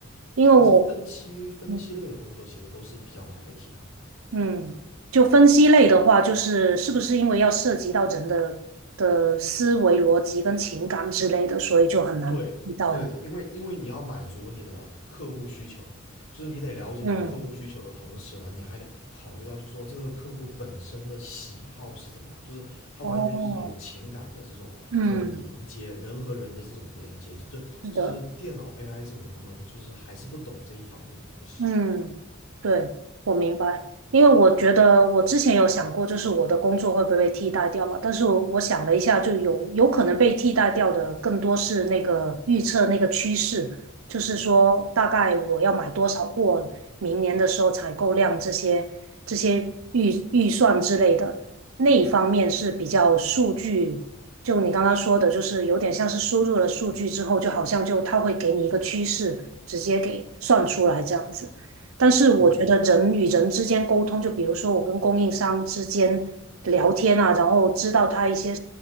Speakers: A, on the right; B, on the left.
A: 因为我。
B: 但是分析分析类的工作其实都是比较难被替代的。
A: 嗯。嗯，就分析类的话，就是是不是因为要涉及到人的的思维逻辑跟情感之类的，所以就很难遇到呢？
B: 对，对的，因为因为你要满足你的客户需求，就是你得了解你的客户需求的同时呢，
A: 嗯，
B: 你还得考虑到就是说这个客户本身的喜好是怎么样，就是他完全就是有情感的这种这种连接，
A: 哦，嗯，
B: 人和人的这种连接，就这就是电脑
A: 是的。
B: AI 这种他们就是还是不懂这一方面的东西。
A: 嗯，对，我明白，因为我觉得我之前有想过，就是我的工作会不会被替代掉嘛？但是我我想了一下，就有有可能被替代掉的，更多是那个预测那个趋势，就是说大概我要买多少货，明年的时候采购量这些这些预预算之类的那一方面是比较数据，就你刚刚说的，就是有点像是输入了数据之后，就好像就它会给你一个趋势，直接给算出来这样子。但是我觉得人与人之间沟通，
B: 对，
A: 就比如说我跟供应商之间聊天啊，
B: 对，
A: 然后知道他一些